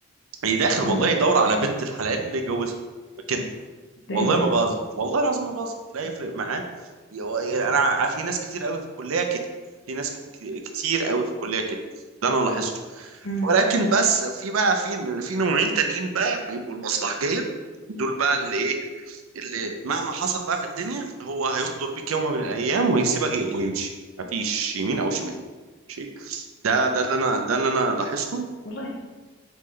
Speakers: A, on the right; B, on the left.
A: اللي داخل والله
B: امم
A: يدور على بنت الحلال اللي يجوزها كده
B: ده
A: والله
B: ايه ده
A: ما
B: ده
A: بهزر والله العظيم ما بهزر لا يفرق معاه يو- يعني انا ع- في ناس كتير قوي في الكليه كده في ناس ك- ك- كتير قوي في الكليه كده ده انا لاحظته
B: امم
A: ولكن بس في بقى في في نوعين تانيين بقى بيبقوا المصلحجيه دول بقى اللي ايه اللي مهما حصل بقى في الدنيا هو هيغدر بيك يوم من الايام ويسيبك ي- ويمشي مفيش يمين او شمال ماشي ده ده اللي انا ده اللي انا لاحظته
B: والله